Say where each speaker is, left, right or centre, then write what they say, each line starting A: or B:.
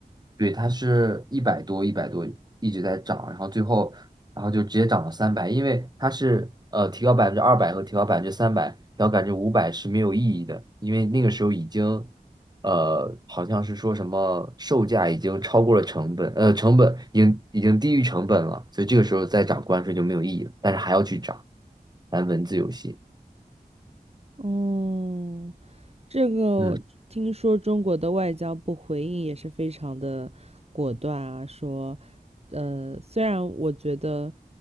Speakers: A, on the right; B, on the right.
A: 对，它是一百多，一百多一直在涨，然后最后，然后就直接涨到三百，因为它是呃提高百分之二百和提高百分之三百，提高百分之五百是没有意义的，因为那个时候已经，呃，好像是说什么售价已经超过了成本，呃，成本已经已经低于成本了，所以这个时候再涨关税就没有意义了，但是还要去涨，玩文字游戏，
B: 嗯，这个听说中国的外交部回应也是非常的果断啊，
A: 嗯，
B: 说，呃，虽然我觉得